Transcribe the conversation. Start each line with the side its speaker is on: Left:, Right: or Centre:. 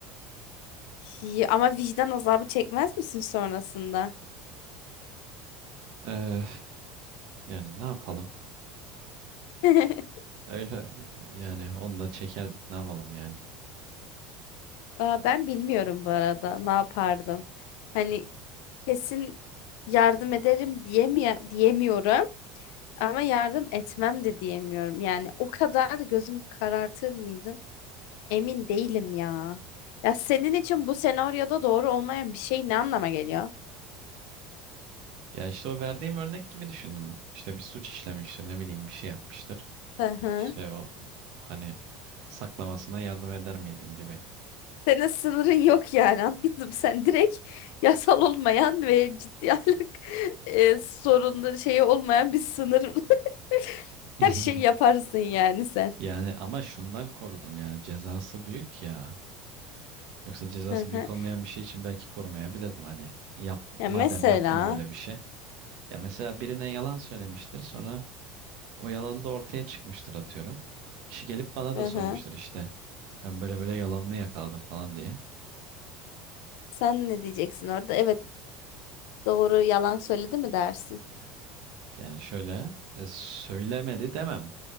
Left: Bir- Ama vicdan azabı çekmez misin sonrasında?
Right: E, yani ne yapalım?
Left: <laughs>
Right: Öyle yani onu da çekerdik ne yapalım yani.
Left: Aa, ben bilmiyorum bu arada ne yapardım. Hani kesin yardım ederim diyemeye diyemiyorum ama yardım etmem de diyemiyorum. Yani o kadar gözüm karartır mıydım? Emin değilim ya. Ya senin için bu senaryoda doğru olmayan bir şey ne anlama geliyor?
Right: Ya işte o verdiğim örnek gibi düşündüm. İşte bir suç işlemiştir, ne bileyim bir şey yapmıştır.
Left: Hı hı.
Right: İşte o hani saklamasına yardım eder miydin gibi.
Left: Senin sınırın yok yani <laughs> anladım. Sen direkt yasal olmayan ve ciddi ahlak <laughs> e, sorunları şeyi olmayan bir sınır. <laughs>
Right: <laughs>
Left: Her şeyi yaparsın yani sen.
Right: Yani ama şundan korudum yani cezası büyük ya. Yoksa cezası
Left: Hı
Right: büyük
Left: hı.
Right: olmayan bir şey için belki korumayabilirdim hani yap, madem
Left: Ya mesela
Right: yaptım böyle bir şey. Ya mesela birine yalan söylemiştir sonra o yalan da ortaya çıkmıştır atıyorum. Kişi gelip bana
Left: hı
Right: da sormuştur
Left: hı.
Right: işte ben böyle böyle yalanını yakaladım falan diye.
Left: Sen ne diyeceksin orada? Evet doğru yalan söyledi mi dersin?
Right: Yani şöyle e, söylemedi demem